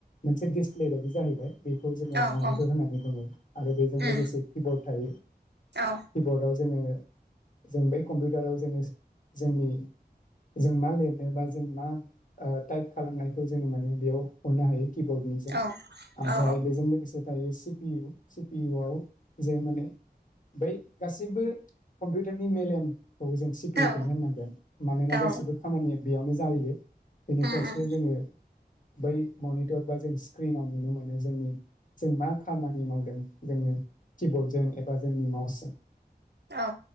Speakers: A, on the left (about 50°); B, on the right (about 80°).
A: मोनसे दिसप्ले बायदि जाहैबाय बेखौ जोङो
B: औ
A: मनितर
B: औ
A: होननानै बुङो आरो बे जों लोगोसे
B: उम
A: खिबरड थायो
B: औ
A: खिबरडाव जोङो जों बै कम्पिउटाराव जोङो जोंनि जों मा लिरनो बा जों मा टाइप खालामनायखौ जोङो माने बेयाव हरनो हायो। किब्डनिजों
B: औ
A: ओमफ्राय
B: औ
A: बेजों लोगोसे थायो सि पि इउ पि इउवाव जे माने बै गासैबो कम्पिउटारनि मेलेम खौ जों सि पि इउ
B: औ
A: खौनो होननांगोन मानोना
B: औ
A: गासिबो खामानि बेयावनो जाहैयो। बेनिफ्रायसो
B: उम उम
A: जोङो बै मनिटर बा जों स्क्रिनाव नुनो मोनो जोंनि जों मा खामानि मावदों। जोङो किबर्डजों एबा जोंनि माउसजों।
B: औ